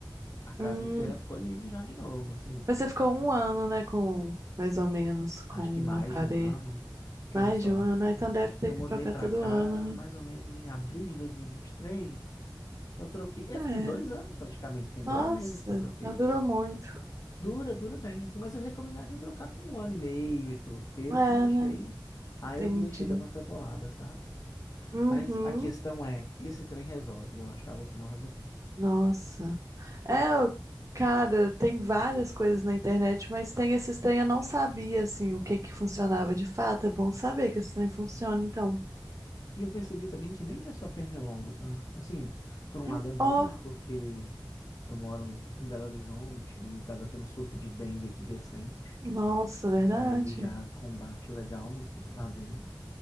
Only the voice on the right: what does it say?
Hum,
Mas você ficou um ano, né, com, mais ou menos, com
um aparelho.
Mais
de um ano, ah, então deve ter
que trocar
todo
ano, né?
É,
nossa,
não durou
muito.
É,
né?
Entendi.
Uhum,
nossa. É, eu- cara, tem várias coisas na internet, mas tem esses trem, eu não sabia, assim, o que que funcionava de fato. É bom saber que esse trem funciona, então.
Hum,
Ó,
nossa, verdade.